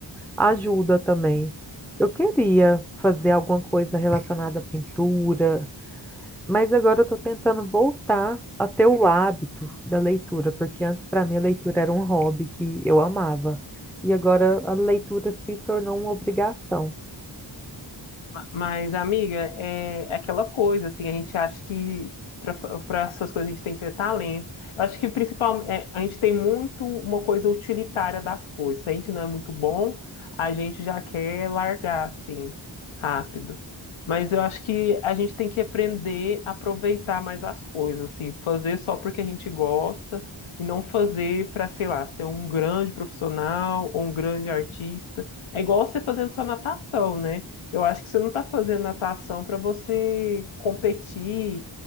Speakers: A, in the centre; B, on the left.
A: ajuda também. Eu queria fazer alguma coisa relacionada à pintura, mas agora eu tô tentando voltar a ter o hábito da leitura, porque antes para mim a leitura era um hobby que eu amava. E agora a leitura se tornou uma obrigação.
B: Ma- Mas, amiga, é é aquela coisa, assim, a gente acha que para essas coisas a gente tem que ter talento. Eu acho que principalmente a gente tem muito uma coisa utilitária das coisas. Se a gente não é muito bom, a gente já quer largar, assim, rápido. Mas eu acho que a gente tem que aprender a aproveitar mais as coisas, assim, fazer só porque a gente gosta e não fazer para, sei lá, ser um grande profissional ou um grande artista. É igual você fazendo sua natação, né? Eu acho que você não está fazendo natação para você competir,